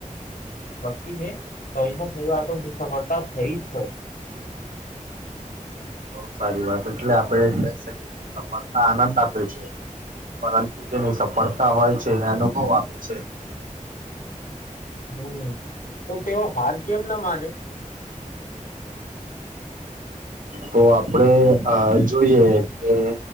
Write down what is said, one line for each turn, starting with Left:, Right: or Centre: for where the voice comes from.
Left: વકી ને કઈને કઈ વાતો સફળતા થઈ જ હોય.
Right: બહુ સારી વાત એટલે આપણે લઈ શકીએ કે સફળતા આનંદ આપે છે. પરંતુ જેની સફળતા હોય છે એ અનુભવ આપે છે.
Left: હમ્મ તો તેઓ હાર કેમ ના માને?
Right: તો આપણેે આ જોઈએ કે